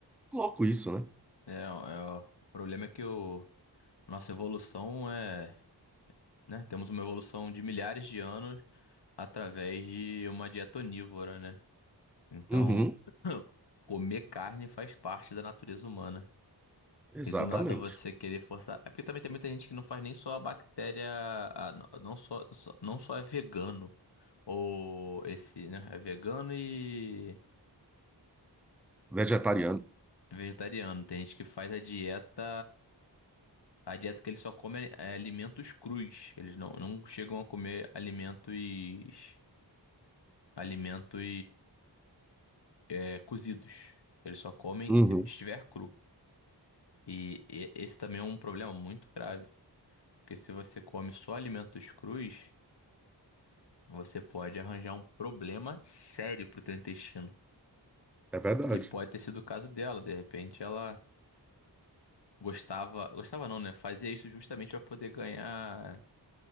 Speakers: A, in the centre; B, on the left.
A: Louco isso, né?
B: É, é, o problema é que o nossa evolução é, né? Temos uma evolução de milhares de anos. através de uma dieta onívora, né? Então,
A: Uhum,
B: <clears throat> comer carne faz parte da natureza humana.
A: exatamente.
B: E do nada você querer forçar. É porque também tem muita gente que não faz nem só a bactéria. a- não não só, só- não só é vegano. Ou esse, né? É vegano e
A: Vegetariano.
B: vegetariano. Tem gente que faz a dieta. A dieta que eles só comem é alimentos crus. Eles não, não chegam a comer alimentos. alimentos é, cozidos. Eles só comem
A: Uhum,
B: se estiver cru. E, e- esse também é um problema muito grave, porque se você come só alimentos crus, você pode arranjar um problema sério pro teu intestino,
A: é verdade.
B: que pode ter sido o caso dela. De repente, ela gostava, gostava não, né? Fazia isso justamente para poder ganhar,